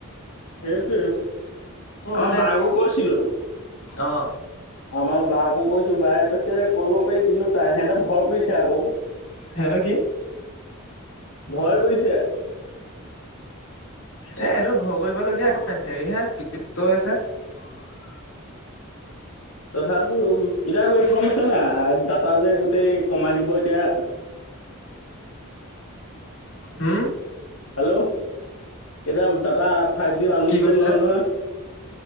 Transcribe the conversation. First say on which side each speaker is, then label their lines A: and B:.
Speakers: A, on the left (about 85°); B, on the left (about 60°).
A: সেইটো আমাৰ
B: মানে
A: বাক ও কৈছিলো।
B: অ
A: আমাৰ বাক। <unintelligible> কৈছো। বাই কৈছে কৰিব পাৰি কিন্তু তাই সিহঁততে ভয় কৰিছে আকৌ।
B: হেত কি?
A: ভয় কৰিছে।
B: এ', এইটো ভয় কৰিবলগীয়া একো নাই। হেৰি হে <unintelligible> হে
A: তথাপিও এইটো কম আছে না দাটা যে গোটেই কমাই দিব এতিয়া
B: হম।
A: হেল্ল', এতিয়া ডাটা ফাইভ-জি আনলিমিটেড
B: কি কৈছিলা
A: নহয়, নহয়